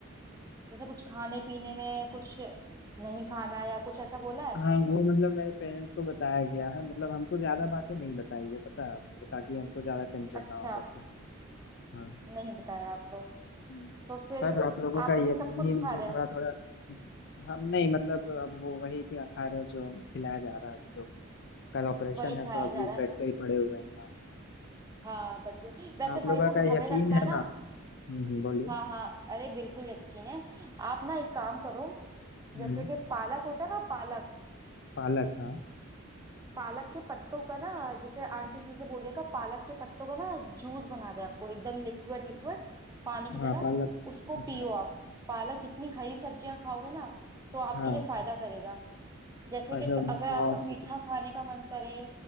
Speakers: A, on the right (about 15°); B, on the left (about 55°).
A: जैसे कुछ खाने पीने में कुछ नहीं खाना या कुछ ऐसा बोला है
B: हाँ वो मतलब मेरे पेरेंट्स को बताया गया है मतलब हमको ज्यादा बातें नहीं बताई है पता है ताकि हमको ज्यादा टेंशन
A: अच्छा
B: ना हो करके हाँ
A: नहीं बताया आपको
B: हम्म,
A: तो फिर
B: बस आप लोगों
A: आप
B: का
A: अभी
B: यकीन
A: सब कुछ
B: ही मुझे
A: खा रहे
B: थोड़ा
A: हैं
B: थोड़ा हम नहीं मतलब अब वो वही क्या खा रहे हैं जो खिलाया जा रहा है अभी तो कल ऑपरेशन
A: वही
B: है
A: खाया
B: तो
A: जा
B: अभी
A: रहा है
B: बेड पे ही पड़े हुए हैं हाँ
A: हाँ बिल्कुल वैसे
B: आप लोगों
A: भाई साहब
B: का
A: हमें
B: यकीन
A: लगता
B: है
A: है ना
B: ना हम्म हम्म, बोलिए
A: हाँ हाँ अरे बिल्कुल यकीन है आप ना एक काम करो
B: हम्म
A: जैसे कि पालक होता है ना पालक
B: पालक हाँ
A: पालक के पत्तों का ना जैसे आंटी जी से बोलिएगा पालक के पत्तों का ना जूस बना दे आपको एकदम लिक्विड लिक्विड पानी की
B: हाँ
A: तरह
B: पालक
A: उसको
B: अच्छा
A: पियो आप पालक जितनी हरी सब्जियां खाओगे ना तो आपके
B: हाँ
A: लिए फायदा करेगा जैसे कि
B: अच्छा
A: क- अगर आपका
B: बहुत
A: मीठा
B: शुक्रिया
A: खाने का मन करे